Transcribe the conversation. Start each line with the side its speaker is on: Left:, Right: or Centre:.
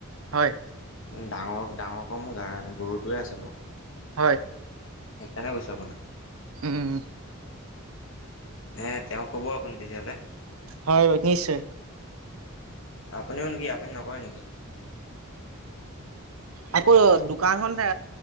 Right: হয়।
Left: ডাঙৰ -ডাঙৰক মোৰ গা -গৰুটোৱে আছে বাৰু।
Right: হয়।
Left: সেইকাৰণে কৈছো আপোনাক
Right: উম,
Left: নে তেওঁ কব আপুনি তেতিয়াহ'লে।
Right: হয় - হয় নিশ্চয়।
Left: আপুনিও নেকি আপুনি নকয় নেকি?
Right: আকৌ দোকানখন তে